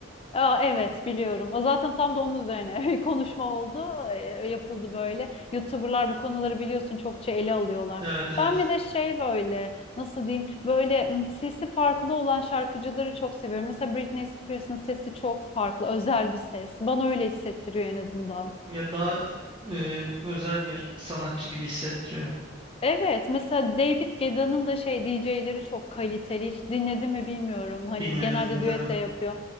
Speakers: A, on the left (about 30°); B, on the right (about 25°).
A: Aa, evet biliyorum. O zaten tam da onun üzerine <laughs> bir konuşma oldu, e, yapıldı böyle. YouTuber'lar bu konuları biliyorsun çokça ele alıyorlar.
B: Evet evet.
A: Ben bir de şey böyle nasıl diyeyim böyle m, sesi farklı olan şarkıcıları çok seviyorum. Mesela Britney Spears'ın sesi çok farklı, özel bir ses. Bana öyle hissettiriyor en azından.
B: Ya daha e, özel bir sanatçı gibi hissettiriyor.
A: Evet, mesela David Guetta'nın da şey DJ'leri çok kaliteli. Hiç dinledin mi bilmiyorum. Hani
B: Dinledim
A: genelde
B: dinledim.
A: düet de yapıyor.